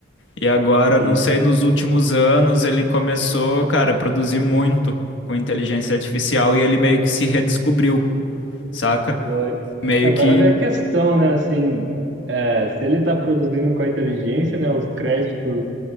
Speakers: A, on the left; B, on the right.
A: E agora, não
B: sim.
A: sei, nos últimos anos ele começou, cara, a produzir muito com inteligência artificial e ele meio que se redescobriu, saca?
B: Foi.
A: Meio
B: E agora
A: que.
B: vem a questão, né? Assim, é, se ele está produzindo com a inteligência, né? Os créditos